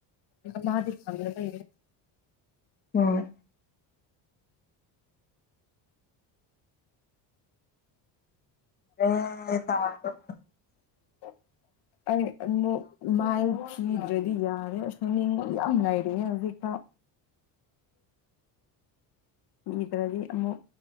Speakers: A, on the left; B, on the left.
A: ꯃꯥꯗꯤ ꯊꯂꯗ
B: ꯑꯣꯝ ꯑꯦ ꯇꯋ ꯥ <unintelligible>
A: <unintelligible> ꯑꯩ ꯑꯃꯨꯛ ꯃꯥꯏ ꯊꯤꯗ꯭ꯔꯗꯤ ꯌꯥꯔꯦ ꯑꯁ ꯍꯥꯏꯅꯤꯡꯕ ꯌꯥꯝ ꯂꯩꯔꯤꯌꯦ ꯍꯧꯖꯤꯛꯐꯥꯎ ꯏꯗ꯭ꯔꯗꯤ ꯑꯃꯨꯛ